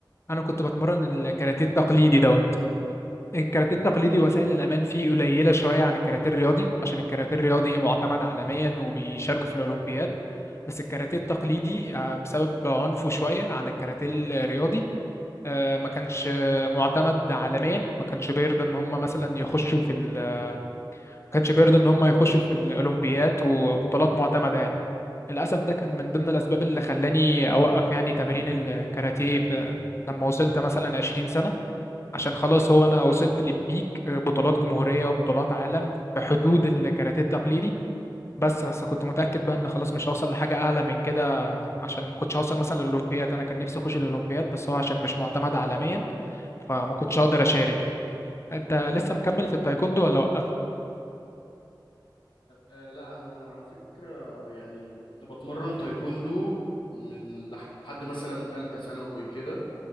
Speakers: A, on the left; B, on the left.
A: انا كنت بتمرن الكاراتيه التقليدي دوت الكاراتيه التقليدي وسائل الامان فيه قليله شويه عن الكاراتيه الرياضي عشان الكاراتيه الرياضي معتمد عالميا وبيشاركوا في الاولمبياد بس الكاراتيه التقليدي آه، بسبب عنفه شويه عن الكاراتيه الرياضي آه، ما كانش آه، معتمد عالميا ما كانش بيرضى ان هم مثلا يخشوا في ال... ما كانش بيرضى ان هم يخشوا في الاولمبياد وبطولات معتمده يعني للاسف ده كان من ضمن الاسباب اللي خلاني اوقف يعني تمارين الكاراتيه في... لما وصلت مثلا 20 سنه عشان خلاص هو انا وصلت للبيك آه، بطولات جمهوريه وبطولات عالم في حدود الكاراتيه التقليدي بس بس كنت متاكد بقى ان خلاص مش هوصل لحاجه اعلى من كده عشان ما كنتش هوصل مثلا للاولمبياد انا كان نفسي اخش الاولمبياد بس هو عشان مش معتمد عالميا فما كنتش هقدر اشارك يعني انت لسه مكمل في التايكوندو ولا وقفت
B: آه، لا انا على فكرة يعني كنت بتمرن تايكوندو من لحد مثلا تالتة ثانوي كده